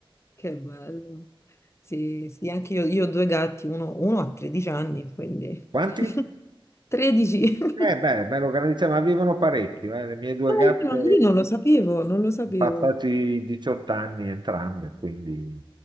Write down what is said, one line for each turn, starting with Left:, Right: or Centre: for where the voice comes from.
Left: Che bello. Sì, sì, anche io, io ho due gatti, uno, uno ha 13 anni, quindi
Right: Quanti?
Left: <laughs> 13. <laughs>
Right: Eh, beh, me lo garantisco, ma vivono parecchio. eh. Le mie due
Left: Ah,
Right: gatte
Left: Io non, io non lo sapevo, non lo sapevo.
Right: sono passati i 18 anni entrambe, quindi